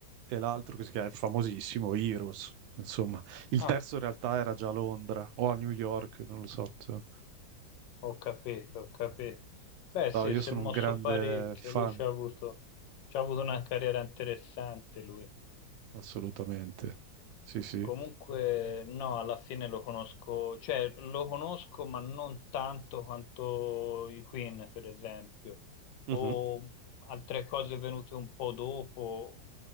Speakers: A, on the right; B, on the left.
A: e l'altro che si chiama, è famosissimo, Heroes. Insomma, il
B: Ah,
A: terzo in realtà era già a Londra o a New York, non lo so. insomma.
B: Ho capito, ho capito. Beh, sì,
A: No, io
B: si
A: sono
B: è mosso
A: un grande
B: parecchio,
A: fan,
B: lui ci ha avuto, ci ha avuto una carriera interessante, lui.
A: assolutamente. Sì, sì.
B: Comunque, no, alla fine lo conosco, cioè lo conosco, ma non tanto quanto i Queen, per esempio,
A: Mhm.
B: o altre cose venute un po' dopo,